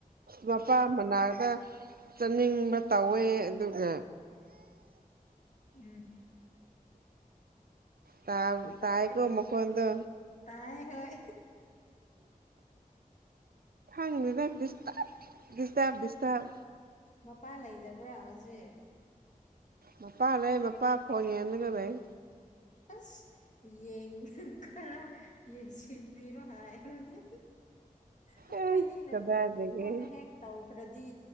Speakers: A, on the right; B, on the left.
A: ꯃꯄꯥ ꯃꯅꯥꯛꯇ ꯆꯠꯅꯤꯡꯕ ꯇꯧꯋꯦ ꯑꯗꯨꯒ
B: ꯎꯝ
A: ꯇꯥ ꯇꯥꯏꯀꯣ ꯃꯈꯣꯟꯗꯣ
B: ꯇꯥꯏ ꯍꯣꯏ
A: ꯈꯪꯗꯦꯗ ꯗꯤꯁꯇꯞ ꯗꯤꯁꯇꯞ
B: ꯃꯄꯥ ꯂꯩꯗꯕ꯭ꯔꯥ ꯍꯧꯖꯤꯛ
A: ꯃꯄꯥ ꯂꯩ ꯃꯄꯥ ꯐꯣꯟ ꯌꯦꯡꯉꯥꯒ ꯂꯩ
B: ꯑꯁ ꯌꯦꯡꯉ ꯀ ꯌꯦꯡꯁꯤꯟꯕꯤꯔꯣ ꯍꯥꯏꯔꯣꯅꯦ ꯑꯩꯈꯣꯏꯅꯤꯅꯕ
A: ꯑꯦ ꯀꯗꯥꯏꯗꯒꯤ
B: ꯐꯣꯟꯅ ꯍꯦꯛ ꯇꯧꯈ꯭ꯔꯗꯤ